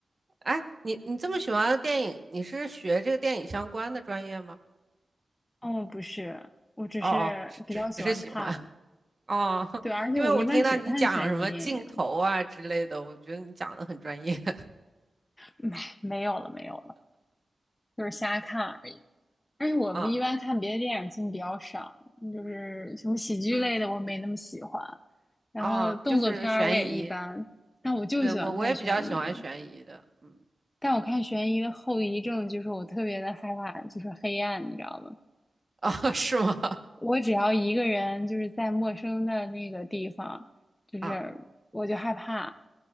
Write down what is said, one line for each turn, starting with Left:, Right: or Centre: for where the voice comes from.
Right: 哎，你你这么喜欢电影，你是学这个电影相关的专业吗？
Left: 哦，不是，我只是比较喜欢看，
Right: 哦哦，只只是喜欢哦，<laughs>
Left: 对，而且我一般只看悬疑电影，
Right: 因为我听到你讲什么镜头啊之类的，我觉得你讲的很专业。<laughs>
Left: 没没有了，没有了，就是瞎看而已。而且我一般看别的电影进比较少，
Right: 嗯
Left: 就是什么喜剧类的我没那么喜欢，
Right: 嗯，
Left: 然后动作片儿我也一般，
Right: 哦，就是悬疑，
Left: 但我就喜欢看悬疑。
Right: 对我我也比较喜欢悬疑的。嗯，
Left: 但我看悬疑的后遗症就是我特别的害怕，就是黑暗，你知道吗？
Right: <laughs> 哦，是吗？
Left: 我只要一个人就是在陌生的那个地方，就是我就害怕，
Right: 啊